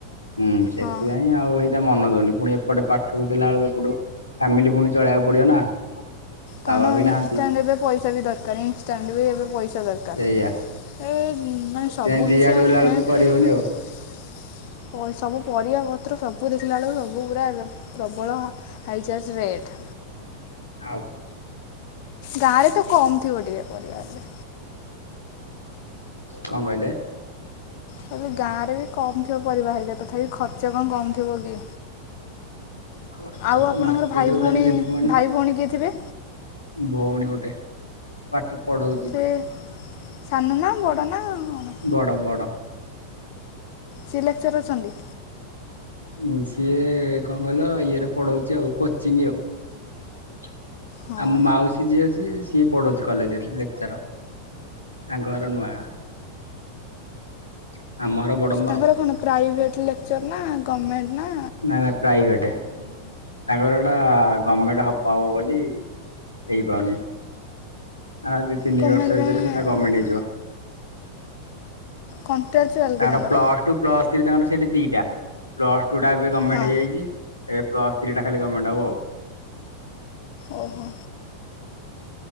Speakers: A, on the left; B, on the left.
A: ହୁଁ ସେଥିପାଇଁ
B: ହଁ
A: ଆଉ ସେଇଟା ମନ ପୁଣି ପୁଣି ଏପଟେ ପା ସବୁ ଦେଲା ବେଳକୁ ଏପଟୁ ଫାମିଲି ପୁଣି ଚଳେଇବାକୁ ପଡିବ ନା। ବାବା
B: କଣ
A: ବି
B: ଇନ୍
A: ନାହାନ୍ତି
B: ଷ୍ଟଣ୍ଟ ଏବେ ପଇସା ବି ଦରକାର। ଇନ୍ସ ଷ୍ଟାଣ୍ଡ ବି ଏବେ ପଇସା ଦରକାର।
A: ସେଇଆ।
B: ଏ ହୁଁ ମାନେ
A: ସେଥିପାଇଁ
B: ସବୁ
A: ଦି
B: କିଛି
A: ଆଡୁ
B: ମାନେ
A: ହେଲା
B: ଏ
A: ବେଳକୁ କରିହଉନି ଆଉ
B: <inaudible> ପଇ ସବୁ ପରିବାପତ୍ର ସବୁ ଦେଖିଲା ବେଳକୁ ସବୁ ପୁରା ପ୍ରବଳ ହାଇଜାର୍ଜ ରେଟ୍।
A: ଆଉ କଣ।
B: ଗାଁରେ ତ କମ ଥିବ ଟିକେ ପରିବା ରେ
A: କଣ କହିଲେ?
B: ତେବେ ଗାଁରେ ବି କମ ଥିବ ପରିବା ହେରିକା ତଥାପି ଖର୍ଚ୍ଚ କଣ କମ ଥିବ କି?
A: ଖର୍ଚ୍ଚ
B: ଆଉ
A: ତ
B: ଆପଣଙ୍କର
A: ମାର୍କେଟକୁ
B: ଭାଇ ଭଉଣୀ
A: ଖାଲି ଯିବୁ ମାନେ
B: ଭାଇ ଭଉଣୀ କିଏ ଥିବେ?
A: ଭଉଣୀ ଗୋଟେ। ସେ ପାଠ ପଢଉଛି
B: ସେ ସାନ ନା ବଡ଼ ନା କଣ?
A: ବଡ ବଡ
B: ସେ ଲେକ୍ଚର ଅଛନ୍ତି?
A: ଉଁ ସିଏ କଣ କହିଲ ଇଏରେ ପଢ଼ଉଛି ଆଉ କୋଚିଂ ଆଉ। <inaudible>
B: ହଁ
A: ଆଉ ମୋ ମାଉସୀ ଝିଅ ଅଛି ସିଏ ସିଏ ପଢଉଛି କଲେଜରେ ଲେକ୍ଚର। ଆ ଘର ନୁଆଗାଁ। <unintelligible> ବଡମ୍ବା
B: ତାଙ୍କର
A: ଆଉ
B: କଣ? ପ୍ରାଇଭେଟ ଲେକ୍ଚର ନା ଗମେଣ୍ଟ ନା
A: ନାଇଁ ନାଇଁ ପ୍ରାଇଭେଟେ। ତାଙ୍କର ଏଟା ଗମେଣ୍ଟ ହବ ହବ ବୋଲି ହେଇପାରୁନି। ଆଉ ଦି ତିନି
B: ଗଭର୍ଣ୍ଣମେଣ୍ଟ
A: ବର୍ଷ ଭିତରେ
B: ପାଇଁ
A: ସେଟା ଗମେଣ୍ଟ ହେଇଯିବ।
B: କଣ୍ଟ୍ରାଚୁଆଲ୍ କି
A: ତାର
B: ତାଙ୍କର
A: ପ୍ଲସ ଟୁ ପ୍ଲସ ଥ୍ରୀ ତାଙ୍କର ସେଠି ଦିଟା ପ୍ଲସ୍ ଟା ଗମେଣ୍ଟ
B: ହଁ
A: ହେଇଯାଇଛି। ଏବେ ପ୍ଲସ୍ ଏଇଟା ଖାଲି ଗମେଣ୍ଟ ହବ ଆଉ।
B: ଓହୋ।